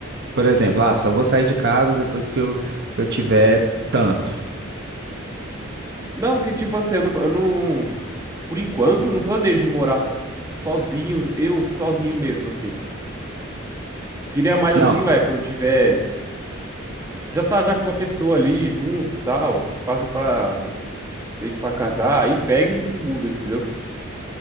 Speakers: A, on the right; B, on the right.
A: Por exemplo, ah, só vou sair de casa depois que eu, que eu tiver tanto.
B: Não, que tipo assim, eu não, eu não- por enquanto, eu não planejo morar, tipo, sozinho, eu sozinho mesmo, assim. Queria mais
A: Não,
B: assim, vai, quando tiver já tá já com uma pessoa ali junto, tal, quase pra meio que pra casar, aí pega e se muda, entendeu?